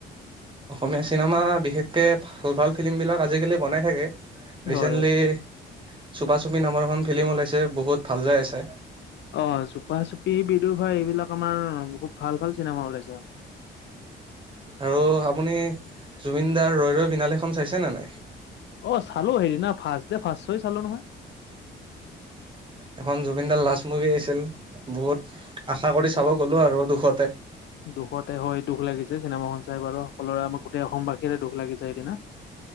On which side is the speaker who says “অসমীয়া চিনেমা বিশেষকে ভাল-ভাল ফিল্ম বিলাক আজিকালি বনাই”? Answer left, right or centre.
Right